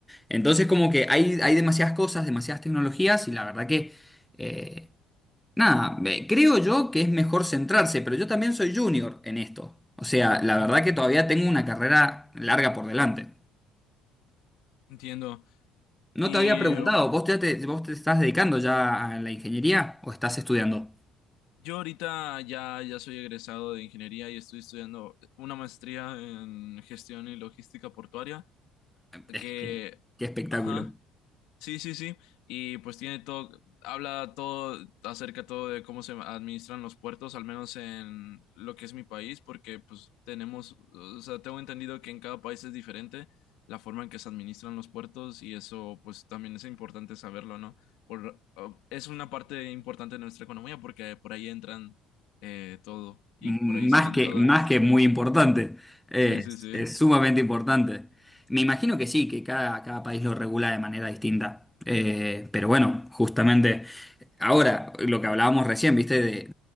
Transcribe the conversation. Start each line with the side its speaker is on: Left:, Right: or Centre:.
Centre: Entonces como que hay, hay demasiadas cosas, demasiadas tecnologías y la verdad que... eh, Nada, eh, creo yo que es mejor centrarse, pero yo también soy junior en esto. O sea, la verdad que todavía tengo una carrera larga por delante.
Left: Entiendo.
Centre: No
Left: Y
Centre: te había preguntado, ¿vos ya te, vos te estás dedicando ya a la ingeniería o estás estudiando?
Left: yo ahorita ya, ya soy egresado de ingeniería y estoy estudiando una maestría en gestión y logística portuaria,
Centre: Es
Left: que,
Centre: que- qué espectáculo.
Left: ajá. Sí, sí, sí. Y pues tiene todo, habla todo acerca todo de cómo se administran los puertos, al menos en lo que es mi país, porque pues tenemos, o sea, tengo entendido que en cada país es diferente la forma en que se administran los puertos y eso pues también es importante saberlo, ¿no? Por, o- es una parte importante de nuestra economía porque por ahí entran eh, todo y
Centre: Más
Left: por ahí salen
Centre: que,
Left: todas
Centre: más
Left: nuestras.
Centre: que muy importante, eh,
Left: Sí, sí,
Centre: es,
Left: sí.
Centre: es sumamente importante. Me imagino que sí, que cada, cada país lo regula de manera distinta. Eh, pero bueno, justamente ahora, lo que hablábamos recién, ¿viste? De,